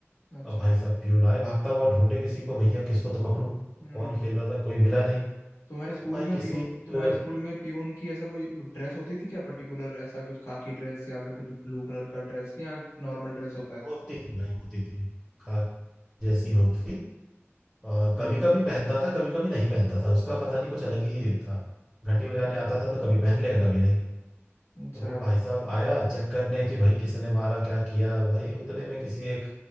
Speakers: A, on the left; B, on the left.
A: अच्छा
B: अब भाई साहब प्यून आए भागता हुआ ढूंढे किसी को भैया किसको तो पकड़ूं
A: हम्म
B: कौन खेल रहा था कोई मिला नहीं
A: तुम्हारे स्कूल
B: अब भाई
A: में पीओ
B: किसी अ,
A: तुम्हारे स्कूल में पीओन की ऐसा कोई ड्रेस होती थी क्या पर्टिकुलर ऐसा कुछ खाकी ड्रेस या फिर कुछ ब्लू कलर का ड्रेस या नॉर्मल ड्रेस होता है
B: होती थी भाई होती थी खा जैसी होगी और
A: हम्म
B: कभी कभी पहनता था कभी कभी नहीं पहनता था उसका पता नहीं कुछ अलग ही था घंटी बजाने
A: हम्म,
B: आता था तो कभी पहन लेगा कभी नहीं
A: अच्छा
B: तो वो भाई साहब आया चेक करने कि भाई किसने मारा क्या किया भाई उतने में किसी एक